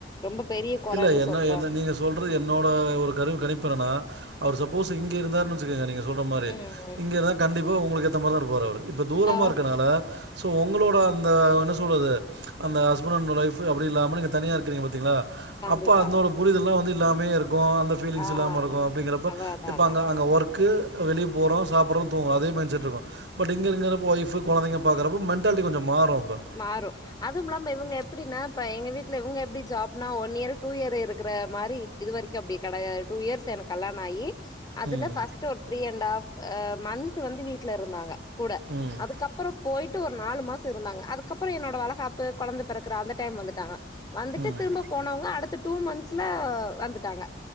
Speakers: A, on the left; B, on the right.
A: ரொம்ப பெரிய கொறன்னு
B: இல்ல என்ன
A: சொல்றோம்
B: என்ன நீங்க சொல்றது என்னோட ஒரு கருவி கணிப்பு என்னனா அவரு சப்போஸ் இங்கே இருந்தாருனா புரியுதுங்க நீங்க சொல்ற மாரி
A: ம்.
B: இங்கதா கண்டிப்பா உங்களுக்கு ஏத்த மாரிதா இருப்பாரு இப்ப தூரமா
A: ஓ
B: இருக்கனால சோ உங்களோட அந்த என்ன சொல்றது அந்த ஹஸ்பண் அண்ட்னோட ஒய்ஃப்பு அப்டி இல்லாம நீங்க தனியா நீங்க பாத்தீங்களா
A: கண்டிப்பா
B: அப்ப அத்னோட புரிதல்லா வந்து இல்லாமையே இருக்கு அந்த ஃபீலிங்ஸ்
A: ஆ
B: இல்லாம ருக்கு அப்டிங்கிறப்ப
A: அதா அதா
B: இப்ப
A: அதா
B: அங்க அங்க ஒர்க் க்கு வெளிய போறோ சாப்புற்றோ தூங்குறோ அதே மைண்ட் செட்ருக்கு பட் இங்க இங்கனப்ப வைஃப்பு கொழந்தைக பாக்குறப்ப மெண்டால்ட்டி கொஞ்சோ மாறு அப்ப
A: மாறு அதுவும்மில்லாம இவங்க எப்பிடின்னா இப்ப எங்க வீட்ல இவங்க எப்டி ஜாப்னா ஒன் இயர்று டூ இயர்று இருக்குற மாரி இது வரைக்கு அப்டி கெடையாது டூ இயர்ஸ் எனக் கல்லாணாயி அதுல
B: ம்
A: ஃபஸ்ட்டு ஒரு three and half ah month வந்து வீட்ல இருந்தாங்க கூட
B: ம்
A: அதுக்கப்பறொ போயிட்டு ஒரு நாலு மாச இருந்தாங்க அதுக்கப்பறம் என்னோட வளகாப்பு கொழந்த பெறக்குற அந்த டைம்ல வந்துட்டாங்க வந்துட்டு
B: ம்
A: திரும்ப போனவங்க அடுத்த டூ மந்த்ஸ்ல வந்துட்டாங்க